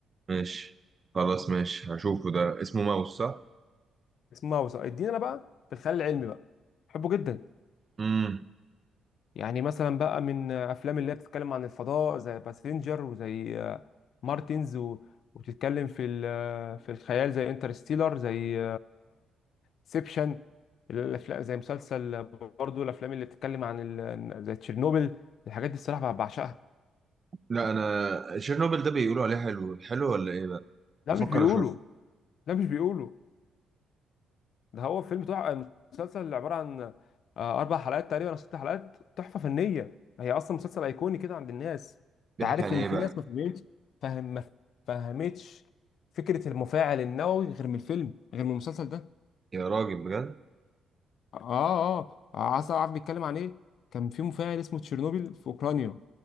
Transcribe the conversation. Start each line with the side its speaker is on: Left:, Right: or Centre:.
Right: ماشي خلاص ماشي هشوفه ده اسمه ماوس صح؟
Left: اسمها وثائقي ادينا انا بقى في الخيال العلمي بقى بحبه جدا
Right: مم.
Left: يعني مثلا بقى من افلام اللي هي بتتكلم عن الفضاء زي باسنجر وزي آه، مارتنز و... وبتتكلم في ال... آه، في الخيال زي انترستيلر زي سيبشن الافلام زي مسلسل برضو الافلام اللي بتتكلم عن ال... زي تشيرنوبل الحاجات دي الصراحه بعشقها
Right: لا انا تشيرنوبل ده بيقولوا عليه حلو حلو ولا ايه بقى
Left: لا
Right: بفكر
Left: مش بيقولوا
Right: اشوف
Left: لا مش بيقولوا ده هو فيلم تحفة مسلسل اللي عبارة عن آه، أربع حلقات تقريبا أو ست حلقات تحفة فنية هي أصلا مسلسل أيقوني كده عند الناس أنت
Right: بيحكي
Left: عارف
Right: عن ايه
Left: إن في
Right: بقى
Left: ناس ما فهمتش فهم ما فهمتش فكرة المفاعل النووي غير من الفيلم غير من المسلسل ده
Right: يا راجل بجد
Left: آه آه آه، عسل عارف بيتكلم عن إيه كان في مفاعل اسمه تشيرنوبيل في أوكرانيا